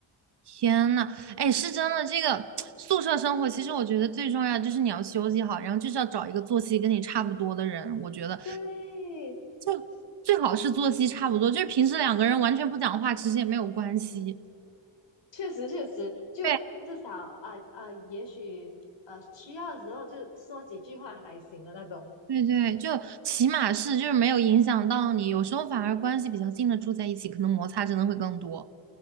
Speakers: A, on the right; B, on the left.
A: 天呐，哎，是真的，这个 <tsk> 宿舍生活，其实我觉得最重要就是你要休息好，然后就是要找一个作息跟你差不多的人，我觉得。
B: 对，
A: 就最好是作息差不多，就是平时两个人完全不讲话，其实也没有关系。
B: 确实确实，就至少啊啊、
A: 对
B: 也许呃需要的时候就说几句话还行的那种。
A: 对对，就起码是就是没有影响到你，有时候反而关系比较近的住在一起，可能摩擦真的会更多。